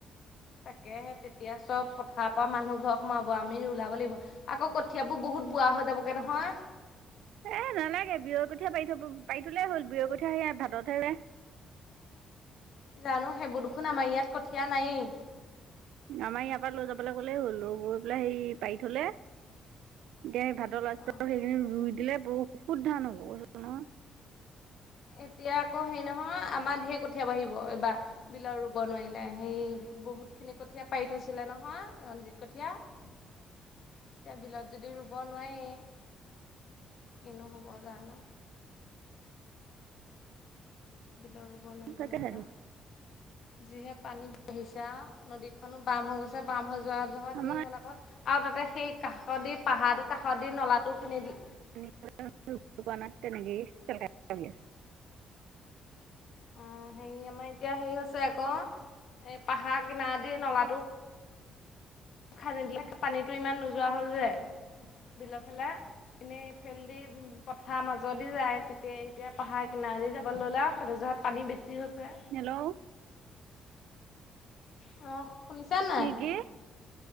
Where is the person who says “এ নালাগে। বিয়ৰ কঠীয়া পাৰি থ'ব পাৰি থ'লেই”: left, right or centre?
Right